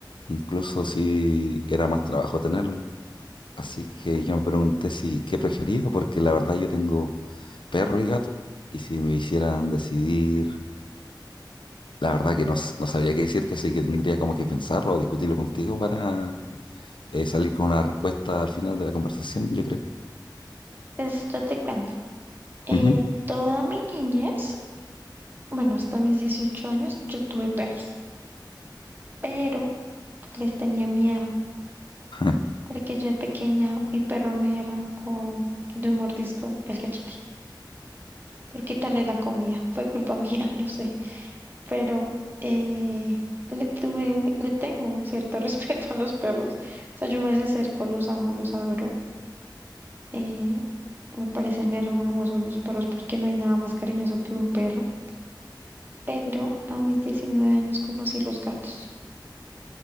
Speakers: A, on the left (about 80°); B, on the right (about 25°).
A: incluso si era más trabajo tenerlos. Así que yo me pregunté si qué prefería, porque la verdad yo tengo perro y gato, y si me hicieran decidir, la verdad que no, s- no sabría qué decirte, así que tendría como que pensarlo o discutirlo contigo para eh, salir con una respuesta al final de la conversación, yo creo.
B: Pues yo te cuento. Eh,
A: Ujú.
B: toda mi niñez, bueno, hasta mis 18 años, yo tuve perros, pero les tenía miedo,
A: <laughs>
B: porque yo de pequeña, mi perro me arrancó de un mordisco el cachete por quitarle la comida. Fue culpa <laughs> mía, lo sé, pero eh, le tuve, mi- le tengo cierto <laughs> respeto a los perros. O sea, yo me acerco, los amo, los adoro. Eh, me parecen hermosos los perros porque no hay nada más cariñoso que un perro. Pero a mis 19 años conocí los gatos